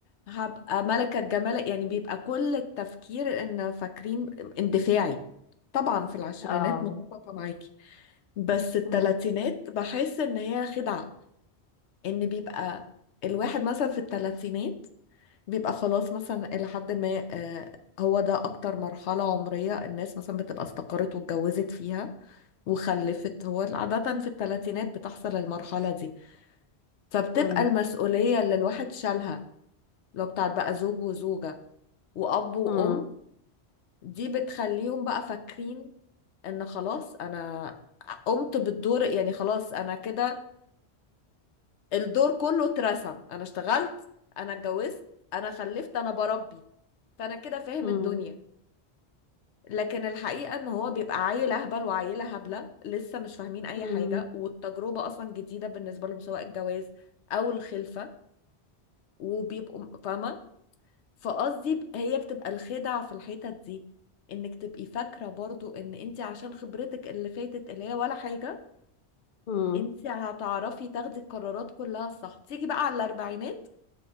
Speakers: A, on the left; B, on the left.
A: وهبقى ملكه جمال يعني بيبقى كل التفكير ان فاكرين اندفاعي طبعا في العشرينات
B: اه
A: متفقه معاكي بس التلاتينات
B: امم
A: بحس ان هي خدعه ان بيبقى الواحد مثلا في الثلاثينات بيبقى خلاص مثلا الى حد ما آه، هو ده اكتر مرحلة عمرية الناس مثلا بتبقى استقرت واتجوزت فيها وخلفت هو عادة في الثلاثينات بتحصل المرحلة دي فبتبقى
B: امم
A: المسؤولية اللي الواحد شالها لو بتاعت بقى زوج وزوجة وأب وأم
B: امم
A: دي بتخليهم بقى فاكرين إن خلاص أنا قمت بالدور يعني خلاص أنا كده الدور كله اترسم انا اشتغلت انا اتجوزت انا خلفت انا بربي فانا كده فاهم
B: امم
A: الدنيا لكن الحقيقة ان هو بيبقى عيل اهبل وعيلة هبلة لسه مش فاهمين اي
B: امم
A: حاجة والتجربة اصلا جديدة بالنسبة لهم سواء الجواز او الخلفة وبيبقوا م- فاهمة فقصدي ب- هي بتبقى الخدع في الحتت دي انك تبقي فاكرة برضو ان انت عشان خبرتك اللي فاتت اللي هي ولا حاجة
B: امم
A: انت هتعرفي تاخدي القرارات كلها الصح تيجي بقى على الاربعينات